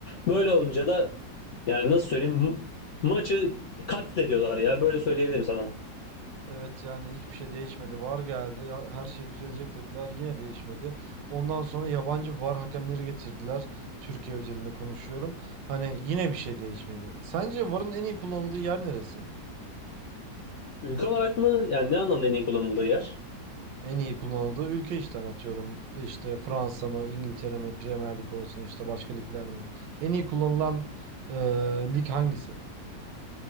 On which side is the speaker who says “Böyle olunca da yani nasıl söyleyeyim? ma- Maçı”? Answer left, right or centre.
Left